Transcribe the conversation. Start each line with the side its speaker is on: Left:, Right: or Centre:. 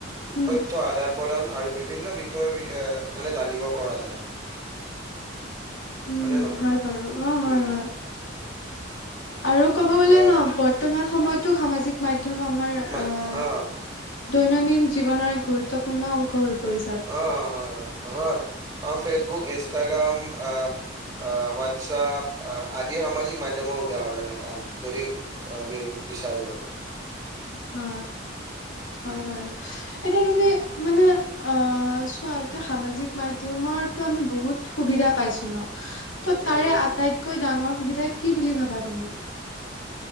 Left: উম,
Right: তথ্য আদান প্ৰদান আৰু বিভিন্ন বিষয় এ মানে জানিব পৰা যায়।
Left: উম
Right: হয়নে নহয়
Left: হয় বাৰু অ' হয়
Right: উম
Left: - হয়। আৰু কব গ'লে
Right: আহ,
Left: ন বৰ্তমান সময়তো সামাজিক মাধ্যম আমাৰ
Right: মানে
Left: আহ।
Right: অ
Left: দৈনন্দিন জীৱনৰ এক গুৰুত্বপূৰ্ণ অংশ হৈ পৰিছে।
Right: অ' হয় -হয় -হয় অ' ফেচবুক ইনষ্টাগ্ৰাম আহ আহ হোৱাটছআপ আদি সামাজিক মাধ্যমৰ উদাহৰণ এটা যদি। আমি বিচাৰোঁ আৰু
Left: অ' হয়
Right: উম
Left: বাৰু। এতিয়া তুমি মানে আহ চোৱা এতিয়া সামাজিক মাধ্যমৰ- টো আমি বহুত সুবিধা পাইছো ন, ত'
Right: উম।
Left: তাৰে আটাইত- কৈ ডাঙৰ সুবিধা কি বুলি ভাবা তুমি?